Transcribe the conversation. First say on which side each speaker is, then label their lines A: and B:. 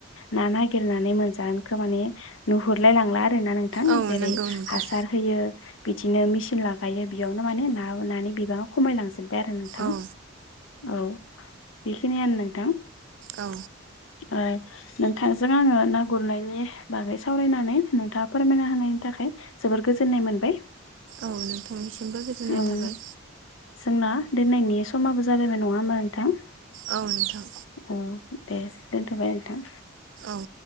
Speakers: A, on the left (about 70°); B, on the right (about 65°).
A: ना नागिरनानै मोनजानायखौ माने नुहुरलाय लांला आरो। ना नोंथां
B: औ
A: जेरै
B: नंगौ नोंथां
A: हासार यो बिदिनो मिसिन लाागायो बेयावनो माने नाबो नानि बिबाङा खमायलांसि जोबबाय आरो नोंथां
B: औ
A: औ बेखिनियानो नोंथां।
B: औ।
A: ओ नोंथांजों आङो ना गुरनायनि बागै सावरायनानै नोंथाङा फोरमायना होनायनि थाखाय जोबोर गोजोन्नाय मोनबाय।
B: औ नोंथांनिसिमबो गोजोननाय
A: उम
B: थाबाय।
A: जोंना दोननायनि समाबो जाबायमोन नङा होमबा नोंथां।
B: औ नोंथां।
A: औ दे दोनथ'बाय नोंथां।
B: औ